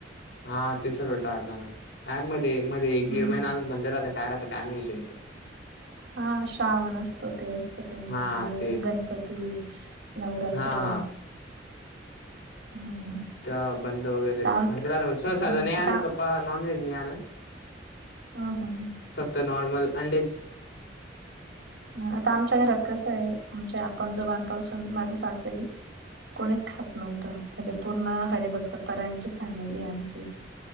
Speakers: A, on the left; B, on the right.
A: हा. ते सर्व टाळता ना. काय मध्ये मध्ये एक दीड
B: हम्म
A: महिना अजून बंद राहता. काय राहता - काय नाही त्यांचं.
B: हा. श्रावण असतो ते असत तेव्हा
A: हा ते
B: गणपती- नवरात्र.
A: हा हा
B: हम्म
A: तेव्हा बंद वगैरे.
B: आता आम
A: <unintelligible> सहसा
B: हम्म
A: तर नाही
B: आता
A: आणत पप्पा. नॉन व्हेज नाही आणत.
B: हा हा हा.
A: फक्त नॉर्मल अंडेच
B: ह आता आमच्या घरात कसं आहे, आमच्या पंजोबांपासून माझ्या सासरी कोणीच खात नव्हत. म्हणजे पूर्ण हरिभक्त पारायणची फॅमिली आहे आमची.